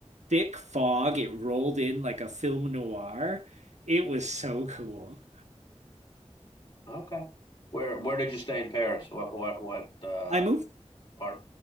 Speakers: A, on the right; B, on the left.
A: thick fog. It rolled in like a film noir. It was so cool.
B: Okay. Where where did you stay in Paris? What what what uh,
A: I moved
B: part?